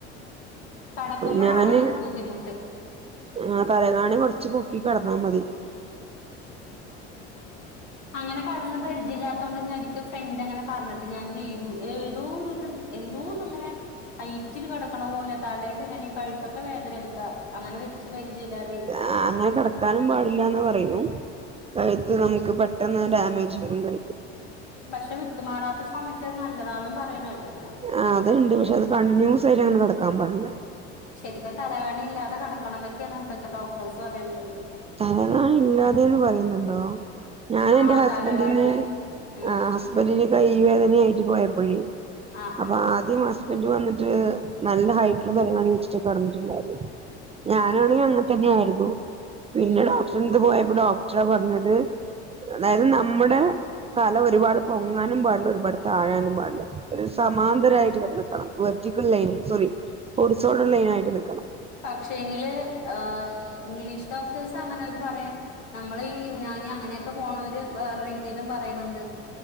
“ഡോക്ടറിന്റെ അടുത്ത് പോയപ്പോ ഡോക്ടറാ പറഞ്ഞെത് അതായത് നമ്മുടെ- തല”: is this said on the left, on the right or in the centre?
Right